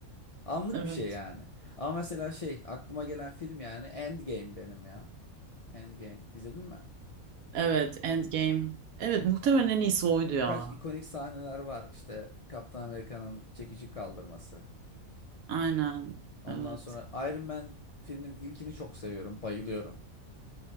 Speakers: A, on the left; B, on the right.
A: Anlık
B: Evet.
A: bir şey yani. Ama mesela şey aklıma gelen film yani Endgame benim ya. Endgame. İzledin mi?
B: Evet Endgame. Evet muhtemelen en iyisi oydu
A: Ya, Birkaç
B: ya.
A: ikonik sahneler var. İşte Kaptan Amerika'nın çekici kaldırması.
B: Aynen.
A: Ondan
B: Evet.
A: sonra Iron Man filmin ilkini çok seviyorum. Bayılıyorum.